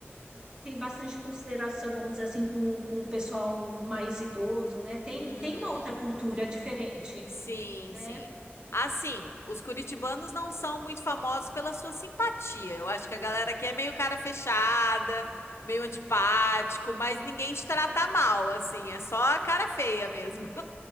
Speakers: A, on the right; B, on the left.
A: que tem bastante consideração, vamos dizer assim, com, com o pessoal mais idoso, né? Tem
B: Uhum.
A: tem uma outra cultura diferente,
B: Sim,
A: né?
B: sim. Assim, os curitibanos não são muito famosos pela sua simpatia. Eu acho que a galera aqui é meio cara fechada, meio antipático, mas ninguém te trata mal, assim. É só a cara feia mesmo.